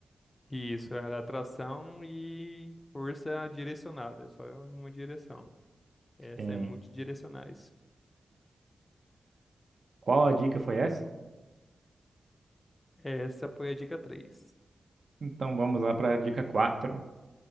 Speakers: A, on the left (about 25°); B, on the right (about 50°).
A: Isso, era atração e força direcionada, só em uma direção. Essa
B: Sim.
A: é multidirecionais.
B: Qual a dica foi essa?
A: Essa foi a dica 3.
B: Então vamos lá para a dica quatro